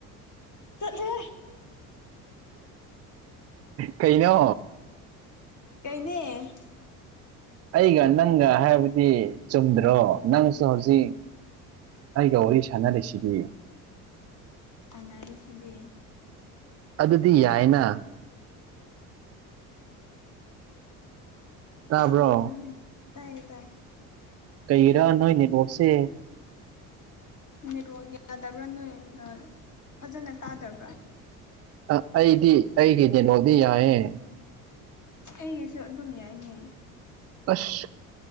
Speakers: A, on the left; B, on the right.
A: ꯆꯠꯂꯦ
B: ꯀꯩꯅꯣ
A: ꯀꯩꯅꯦ
B: ꯑꯩꯒ ꯅꯪꯒ ꯍꯥꯏꯕꯗꯤ ꯆꯨꯝꯗ꯭ꯔꯣ ꯅꯪꯁꯨ ꯍꯧꯖꯤꯛ ꯑꯩꯒ ꯋꯥꯔꯤ ꯁꯥꯟꯅꯔꯤꯁꯤꯗꯤ
A: ꯑꯅꯔꯤꯁꯤꯗꯤ
B: ꯑꯗꯨꯗꯤ ꯌꯥꯏꯅ ꯇꯥꯕ꯭ꯔꯣ
A: ꯁꯔꯅꯦ ꯇꯌꯦ ꯇꯥꯌꯦ
B: ꯀꯩꯔꯥ ꯅꯣꯏꯅꯦꯅꯤꯕꯣꯛꯁꯦ
A: ꯅꯦꯠꯋꯥꯛ ꯌꯥꯗꯕ꯭ꯔꯥ ꯅꯣꯏ ꯐꯖꯅ ꯇꯥꯗꯕ꯭ꯔꯥ
B: ꯑ ꯑꯩꯗꯤ ꯑꯩꯒꯤ ꯀꯩꯅꯣꯗꯤ ꯌꯥꯏꯌꯦꯦ
A: ꯑꯩꯒꯤꯁꯨ ꯑꯗꯨꯝ ꯌꯥꯏꯅꯦ
B: ꯑꯁ